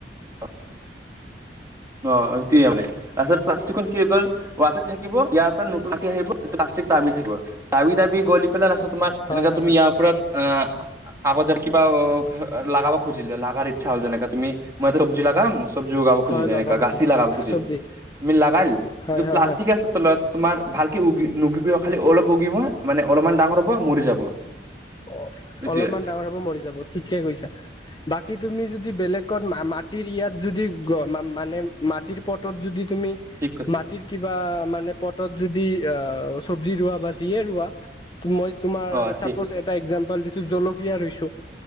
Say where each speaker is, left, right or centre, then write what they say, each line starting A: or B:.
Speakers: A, on the right; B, on the left.
A: অ'। অ', সেইটোৱে মানে তাৰপিছত প্লাষ্টিকখন কি হৈ গ'ল ৱাটত থাকিব ইয়াৰ পৰা নতুন মাটি আহিব প্লাষ্টিক তাবি থাকিব তাবি দাবি গ'ল পেলাই আছো তোাৰ
B: হয়
A: যেনেকে
B: হয়
A: তুমি
B: হয়
A: ইয়াৰওপৰত অ' আগত যে কিবা অ' লাগাব খুজিলে লাগাৰ চাও যেনেকে তুমি মই তো চবজি লগাম চবজি লাগাব খজিল
B: হয়
A: এনেকা
B: লগাব
A: গাচি লগাব খুজিল
B: চব্জি
A: তুমি লগাল
B: হয়
A: এইটো
B: হয়
A: প্লাষ্টিক
B: হয়
A: আছে তলত তোমাৰ ভালকে উগি নগিবউ খালি অলপ উগিব মানে অলপমান ডাঙৰ হ'ব মৰি যাব
B: অ
A: এইটোয়ে
B: অলপমান ডাঙৰ হব মৰি যাব ঠিকে কৈছা বাকী তুমি যদি বেলেগত মা মাটিৰ ইয়াত যদি মানে মাটিৰ পটত যদি তুমি
A: ঠিক কৈছে
B: মাটিৰ কিবা মানে মানে পটত যদি অ' চব্জি ৰোৱা বা যিয়ে ৰোৱা মই তোমাৰ
A: অ
B: চাপজ
A: ঠিক আছে
B: গপাল দিছো জলকীয়া ৰুইছো